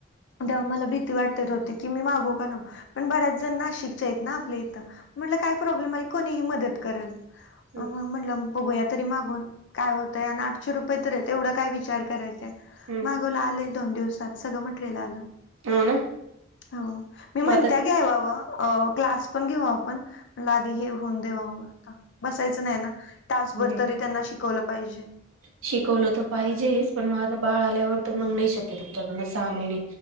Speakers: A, on the left; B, on the right.
A: अन् तेव्हा मला भीती वाटत होती की मी मागवू का नको? पण बऱ्याच जण नाशिकच्या आहेत ना आपल्या इथं म्हटलं काय प्रॉब्लेम आले कोणीही मदत करल
B: हम्म
A: मग म्हटलं बघूया तरी मागून काय होतंय अन आठशे रुपये तर आहेत तेवढा काय विचार करायचाय
B: हम्म
A: मागवलं आलय दोन दिवसात सगळं मटरेल आलं
B: हो ना
A: हो मी म्हणत्यात
B: मग आता
A: घेवावं क्लास पण घेऊ आपण म्हणलं हे आधी हे होऊन देवावं बसायच नाही ना तासभर
B: हम्म
A: तरी त्यांना शिकवलं पाहिजे
B: शिकवलं तर पाहिजेच पण मग आता बाळ आल्यावर तर मग नाही शक्य तुमच्याकडनं सहा महिने